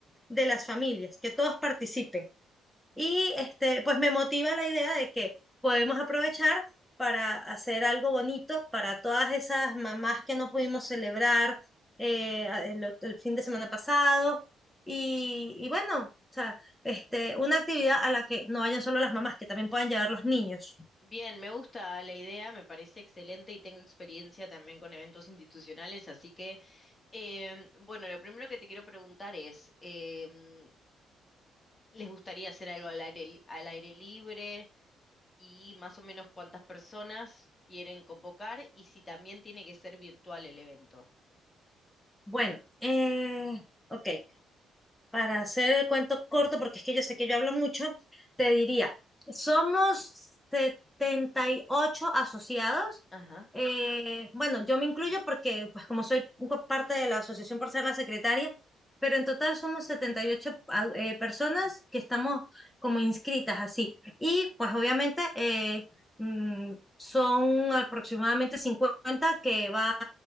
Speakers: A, in the centre; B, on the left.
A: de las familias, que todos participen. Y este, pues me motiva la idea de que podemos aprovechar para hacer algo bonito para todas esas mamás que no pudimos celebrar eh, a- el, ot- el, fin de semana pasado. Y, y bueno, o sea, este, una actividad a la que no vayan solo las mamás, que también puedan llevar los niños.
B: Bien, me gusta la idea, me parece excelente y tengo experiencia también con eventos institucionales, así que, em, bueno, lo primero que te quiero preguntar es, em, ¿les gustaría hacer algo al aire, li- al aire libre? y más o menos cuántas personas quieren convocar y si también tiene que ser virtual el evento.
A: Bueno, eh, ok, para hacer el cuento corto, porque es que yo sé que yo hablo mucho, te diría, somos 78 asociados.
B: Ajá.
A: eh, bueno, yo me incluyo porque, pues como soy un po- parte de la asociación por ser la secretaria, pero en total somos 78 a- eh, personas que estamos como inscritas así. Y pues obviamente eh, mm, son aproximadamente 50 que van